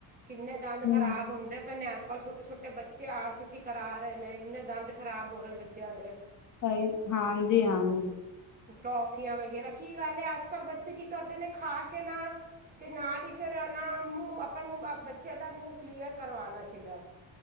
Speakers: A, on the right (about 20°); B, on the left (about 40°).
A: ਕਿੰਨੇ ਦੰਦ
B: ਹੂੰ
A: ਖਰਾਬ ਹੁੰਦੇ। ਪਏ ਨੇ ਅੱਜ ਕੱਲ੍ਹ ਛੋਟੇ ਛੋਟੇ ਬੱਚੇ ਆਰ ਸੀ ਟੀ ਕਰਾ ਰਹੇ ਨੇ, ਇੰਨੇ ਦੰਦ ਖ਼ਰਾਬ ਹੋ ਰਹੇ ਬੱਚਿਆਂ ਦੇ।
B: ਸਹੀ ਹਾਂਜੀ! ਹਾਂਜੀ!
A: ਟੋਫੀਆਂ ਵਗੈਰਾ ਕੀ ਗੱਲ ਹੈ ਅੱਜ ਕੱਲ੍ਹ ਬੱਚੇ ਕੀ ਕਰਦੇ ਨੇ, ਖਾ ਕੇ ਨਾ। ਤੇ ਨਾਲ ਹੀ ਫਿਰ ਨਾ ਮੂੰਹ, ਆਪਾਂ ਨੂੰ ਬੱਚਿਆਂ ਦਾ ਮੂੰਹ ਕਲੀਅਰ ਕਰਵਾਣਾ ਚਾਹੀਦਾ।